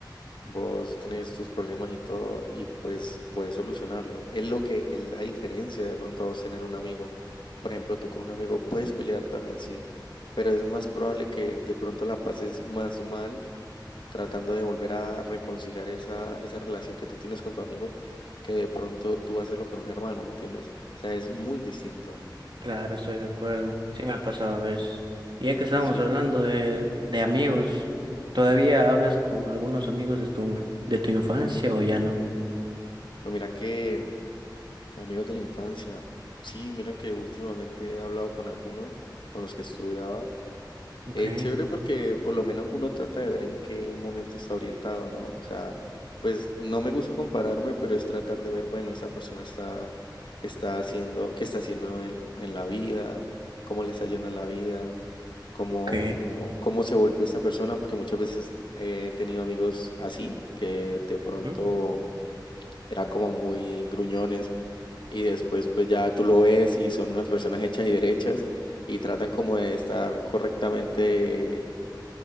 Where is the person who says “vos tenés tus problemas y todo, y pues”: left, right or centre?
Left